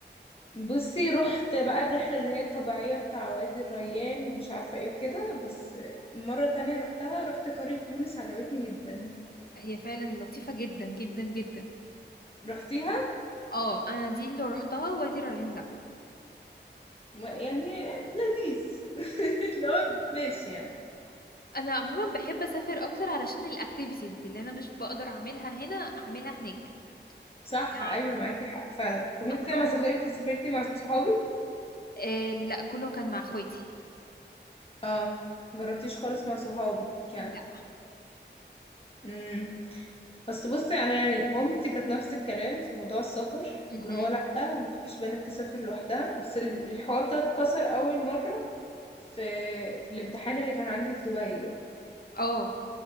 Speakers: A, on the left; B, on the left.
A: بصي رحت بقى الرحلة اللي هي الطبيعية بتاع وادي الريان ومش عارفة ايه وكده بس مرة تانية رحتها رحت قرية تونس عجبتني جدا
B: هي فعلا لطيفة جدا جدا جدا
A: رحتيها
B: اه انا دي اللي رحتها وادي الريان لا
A: م- يعني لذيذ <laughs> لو ماشي يعني
B: انا عموما بحب اسافر اكتر علشان الاكتيفيتيز اللي انا مش بقدر اعملها هنا اعملها هناك
A: صح
B: يعني
A: ايوه معاكي حق فعلا طب انت
B: انا
A: لما
B: رحت
A: سافرتي سافرتي مع صحابك
B: آه لا كله كان مع اخواتي
A: اه مجربتيش خالص مع صحابك يعني
B: لا
A: امم بس بصي انا يعني مامتي كانت نفس الكلام في موضوع السفر
B: مهم.
A: اللي هو لأ ومفيش بنت تسافر لوحدها بس ال- الحوار ده اتكسر اول مرة في في الامتحان اللي كان عندي في دبي ده
B: اه